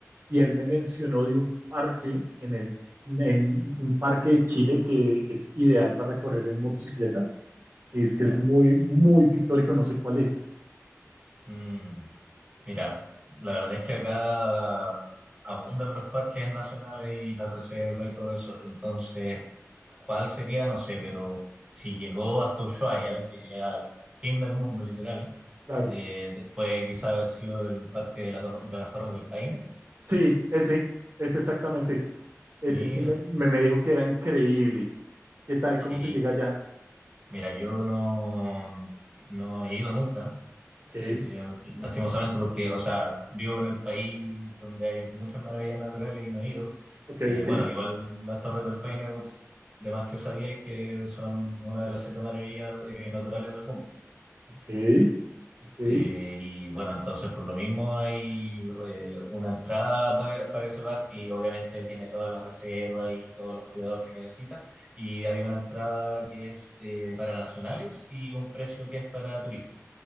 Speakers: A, on the right; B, on the right.
A: y él me mencionó de un parque en el, en un parque de Chile que es ideal para recorrer en motocicleta y es que
B: ¿Ya?
A: es muy, muy pictórico, no sé cuál es.
B: Mm, mira, la verdad es que acá abundan los parques nacionales y la reserva y todo eso. Entonces, ¿cuál sería? No sé, pero si llegó hasta Ushuaia, que es al fin del mundo, literal,
A: Claro.
B: eh, de- puede quizá haber sido el parque de, la Tor- de las Torres del Paine.
A: Sí, ese, ese exactamente. ese,
B: Mira,
A: y me, me, me dijo que era increíble. ¿Qué tal?
B: sí.
A: ¿Cómo se llega allá?
B: Mira, yo no, no he ido nunca.
A: Ok,
B: eh, lastimosamente porque, o sea, vivo en el país donde hay muchas maravillas naturales y no he ido.
A: ok,
B: Eh,
A: ok,
B: bueno, igual las Torres del Paine, por s- de más que sabía, y que son una de las siete maravillas eh, naturales del mundo.
A: ok, ok,
B: Eh, y bueno, entonces por lo mismo hay eh, una entrada para, para ese parque y obviamente tiene todas las reservas y todos los cuidados que necesita. Y hay una entrada que es eh, para nacionales y un precio que es para turistas.